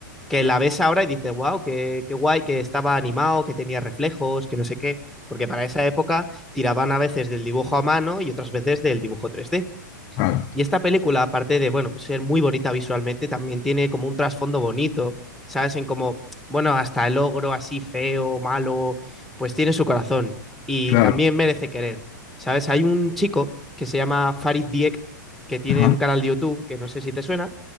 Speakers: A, in the centre; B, on the left.
A: que la ves ahora y dices, wow, qué, qué guay, que estaba animado, que tenía reflejos, que no sé qué, porque para esa época tiraban a veces del dibujo a mano y otras veces del dibujo 3D.
B: Claro,
A: Y esta película, aparte de, bueno, pues ser muy bonita visualmente, también tiene como un trasfondo bonito, ¿sabes? En como, bueno, hasta el ogro así feo, malo, pues tiene su corazón y
B: claro.
A: también merece querer, ¿sabes? Hay un chico que se llama Farid Diek, que tiene
B: Ajá.
A: un canal de YouTube, que no sé si te suena,